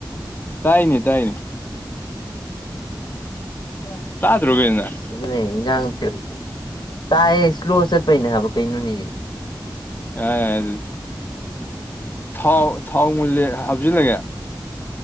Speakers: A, on the left; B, on the left.
A: ꯇꯥꯏꯅꯦ ꯇꯥꯏꯅꯦ
B: ꯎ <unintelligible>
A: ꯇꯥꯗ꯭ꯔꯣ ꯀꯩꯅꯣꯅꯦ
B: ꯑꯗꯨꯅꯦ ꯏꯟꯖꯥꯡ ꯊꯦꯜ ꯇꯥꯏꯌꯦ ꯁ꯭ꯂꯣ ꯆꯠꯄꯩꯅꯦ ꯍꯥꯏꯕ ꯀꯩꯅꯣꯅꯦ
A: ꯌꯥ ꯌꯥ ꯑꯗꯨꯗꯤ ꯊꯥꯎ ꯊꯥꯎ ꯃꯨꯂꯦ ꯍꯥꯞꯆꯜꯂꯒꯦ